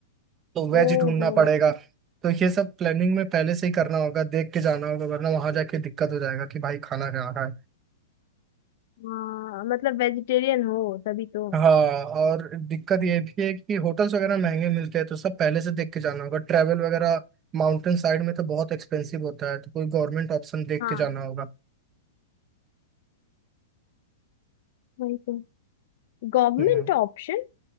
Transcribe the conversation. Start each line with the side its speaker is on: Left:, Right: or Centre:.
Right: तो वेज
Left: ओ
Right: ढूंढना
Left: हो
Right: पड़ेगा तो ये सब प्लानिंग में पहले से ही करना होगा देख के जाना होगा वरना वहाँ जाके दिक्कत हो जाएगा कि भाई खाना कहाँ का
Left: हाँ मतलब वेजिटेरियन हो तभी तो
Right: हाँ और दिक्कत ये भी है कि होटल्स वगैरह महंगे मिलते हैं तो सब पहले से देख के जाना होगा ट्रैवल वगैरह माउंटेन साइड में तो बहुत एक्सपेंसिव होता है तो कोई गवर्नमेंट ऑप्शन देख
Left: हाँ
Right: के जाना होगा
Left: वही तो गवर्नमेंट
Right: हम्म
Left: ऑप्शन